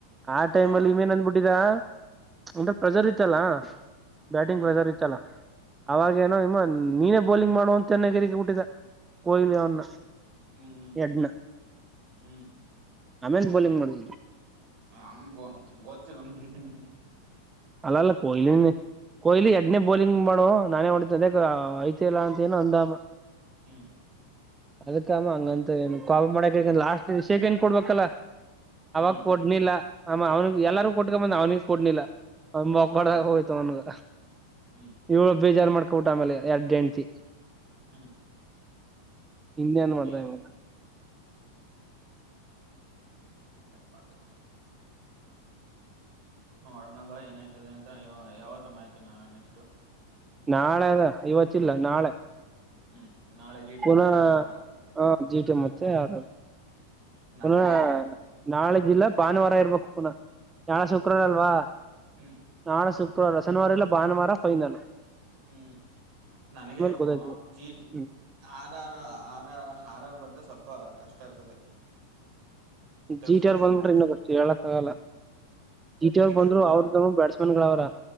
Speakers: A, on the right; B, on the right.
A: ಆ ಟೈಮ
B: ಹ
A: ಅಲ್ಲಿ ಇವ ಏನ್ ಅಂದಬಿಟ್ಟಿದ ಅಂದ್ರ ಪ್ರೆಜರ್ ಇತ್ತಲ್ಲ ಬ್ಯಾಟಿಂಗ್
B: ಹ್ಮ್
A: ಪ್ರೆಜರ್
B: ಹ್ಮ್
A: ಇತ್ತಲ್ಲ
B: ಹ್ಮ್
A: ಅವಾಗ ಏನೋ ಇಮ್ಮ ನೀನೇ ಬೌಲಿಂಗ್ ಮಾಡುವಂತನ್ನಗರಿಗೆ ಬಿುಟ್ಟಿದ್ದ ಕೊಹ್ಲಿ
B: ಹ್ಮ್
A: ಅವ್ನ
B: ಹ್ಮ್
A: ಹೆಡ್ನ್
B: ಹ್ಮ್ ಹ್ಮ್
A: ಆಮೇಲ್ಲ್ ಬೋಲಿಂಗ್ ಮಾಡಿ
B: ಅಂಬ <unintelligible> ಗೊತ್ತ ಚರ <unintelligible>
A: ಅಲ್ಲ ಅಲ್ಲ ಕೊಹ್ಲಿನೇ ಕೊಹ್ಲಿ ಎ ಇನ್ನೇ ಬೌಲಿಂಗ್ ಮಾಡುವ ನಾನೇ ಮಾಡ ಅದ ಐತಿ ಇಲ್ಲಾ ಅಂತ ಏನ ಅಂದಾ
B: ಹ್ಮ್
A: ಅದಕಮ್ಮ ಹಂಗಂತ ಏನು ಕಾಲ್ ಮಾಡ್ಯಕಂದ ಲಾಸ್ಟ್ ಶೇಕ್ಹಂಡ್ ಕೊಡ್ಬೇಕಲ್ಲ
B: ಹ್ಮ್
A: ಅವಾಗ ಕೊಡ್ನಿಲ್ಲ ಆ ಅವ್ನ ಎಲ್ಲಾರೂ
B: ಹ್ಮ್
A: ಕೊಟ್ಕಬಂದ ಅವ್ನಿ <unintelligible> ಪೂರ್ಣಿಲಾ <unintelligible> ಮೊಖೊಡ್ಡಂಗೆ
B: ಹ್ಮ್
A: ಆಗೋಯ್ತು ಅವ್ನಗ
B: ಹ್ಮ್
A: ಇವಳ ಬೇಜಾರು ಮಾಡ ಔಟ್ ಆಡ್ಮೇಲೆ ಎರಡ್ ಎಂತಿ
B: ಹ್ಮ್
A: ಇನ್ನೇಏನ್ ಮಾಡ್ದ
B: ಏನ್
A: ಇವಲ್ಲ
B: ಏ ಏನ್ ಮಾಡ್ದೇವ ನೋಡೋಣ ಬಾ ಏನಯ್ತದೆ ಅಂತ ಯಾವತ್ತ ಮ್ಯಾಚ ನ ನೆಕ್ಸ್ಟ್
A: ನಾಳೆ ಅದ ಇವತ್ತಿಲ್ಲ ನಾಳೆ
B: ಹ್ಮ್ ನಾಳೆ ಜಿ ಟಿ
A: ಪುನಃ
B: ಮತ್ತೆ ಆರಾರ
A: ಹ ಜಿಟಿ ಮತ್ತೆ ಆರ್ ಆರ್ ಪುನಃ
B: ನನಗೆ
A: ನಾಳೆಜಿ ಭಾನುವಾರ ಇರ್ಬೇಕು ಪುನಃ ನಾಳ ಶುಕ್ರವಾರ ಅಲ್ವಾ
B: ಹ್ಮ್
A: ನಾ ರ ಸನವಾರಲ್ಲ ಬಾನುವಾರ ಪೈನಲ್
B: ಹ್ಮ್ ನನ್ಗ ಯಾಕು
A: ಗೊತ್ತಾಯ್ತದೆ
B: ಜೀ
A: ಹ್ಮ್
B: ಆರಾರ್ ಆರ ಆರಾರ್ ಬಂದ್ರೆ ಸ್ವಲ್ಪ ಪ್ಪ ಕಷ್ಟ ಇರ್ತದೆ ಟಫ್
A: ಜಿ ಟಿ
B: ಇರ್ತದೆ
A: ಅವರ್ ಬಂದ್ಬಿಟ್ರಿ
B: ಮ್ಯಾಚು
A: ಇನ್ನುಷ್ಟ ಹೇಳಕ್ ಆಗಲ್ಲ ಜಿ ಟಿ ಅವರ್ ಬಂದ್ರು
B: ಆರ್ ಬಂದ್ರೆ
A: ಅವ್ರ
B: ಆಡ್ಬೋದು
A: ಬ್ಯಾಟ್ಸ್ಮ್ಯಾನ್ ಗಳ ಅವ್ರ